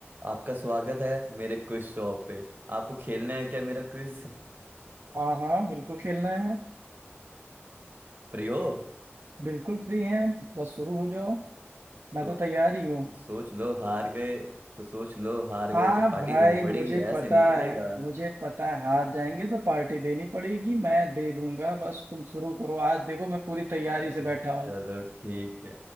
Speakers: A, on the right; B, on the right.
A: आपका स्वागत है मेरे क्विज शो पे आपको खेलना है क्या मेरा क्विज
B: हाँ हाँ बिल्कुल खेलना है
A: फ्री हो
B: बिल्कुल फ्री हैं बस शुरू हो जाओ मैं
A: तो
B: तो तैयार ही हूँ
A: सोच लो हार गए तो सोच लो हार गए
B: हाँ
A: तो पार्टी
B: भाई
A: देनी
B: मुझे
A: पड़ेगी ऐसे
B: पता
A: नहीं चलेगा
B: है मुझे पता है हार जाएंगे तो पार्टी देनी पड़ेगी मैं दे दूंगा बस तुम शुरू करो आज देखो मैं पूरी तैयारी
A: अ,
B: से बैठा हूँ
A: चलो ठीक है